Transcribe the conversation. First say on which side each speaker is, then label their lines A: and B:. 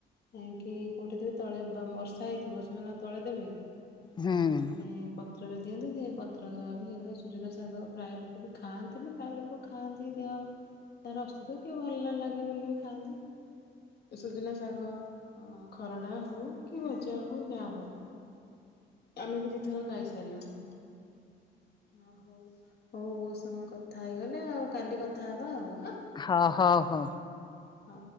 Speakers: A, on the left; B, on the left.
A: କାହିଁକି କୋଉଠେ ଦେବେ ତଳେ ଦ ବର୍ଷା ହେଇଥିବ ସେମାନେ ଆଉ ତଳେ ଦେବେ କି ସେଥିପାଇଁ
B: ହୁଁ
A: ପତ୍ରରେ ଦିଅନ୍ତି ସେ ପତ୍ର ସହ ବି ହେଇଥିପାଇଁ ସୁଜୁନା ଶାଗ ପ୍ରାୟ ଲୋକ ବି ଖାଆନ୍ତିନି ପ୍ରାୟ ଲୋକ ଖାଆନ୍ତି ଦେହ ତା ରଶ ତ କିଏ ଭଲ ନଲାଗେ ବୋଲି ବି ଖାଆନ୍ତି। ଏ ସୁଜୁନା ଶାଗ ଅ ଖରଡ଼ା ହଉ କି ଭଜା ହଉ ଯା ହଉ ଆମେ ବି ଦି ଥର ଖାଇସାଇଲୁଣି। ଓ ହଉ ହଉ ବୋହୁତ୍ ସମୟ କଥା ହେଇଗଲେ ଆଉ କାଲି କଥା ହବା ଆଉ। ଆଁ?
B: ହ ହ ହୋ।
A: ହ।